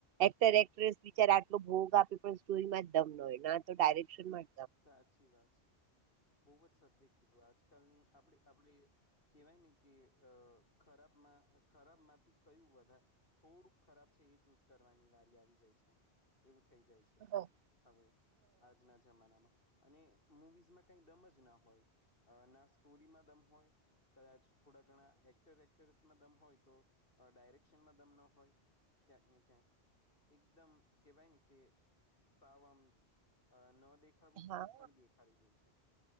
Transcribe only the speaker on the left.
સાચી વાત છે બઉ જ સત્ય કીધું આજકાલ ની આપણે આપડે. કેવાય ને કે અ ખરાબમાં ખરાબ માંથી કયું વધા થોડુંક ખરાબ છે એ ચૂઝ કરવાની વારી આવી જાય છે એવું થઈ જાય છે.
છે હવે આજના જમાનામાં અને મુવીઝમાં કઈ દમ જ ના હોય. અ ના સ્ટોરીમાં દમ હોય. કદાચ થોડા ઘણા એક્ટર એક્ટરસમાં દમ હોય તો ડાયરેક્શનમાં દમ ન હોય. ક્યાંક ને ક્યાંક એકદમ કેવાય ને કે. સાવમ ન દેખાડું જેવું
જ પણ દેખાડી દે છે.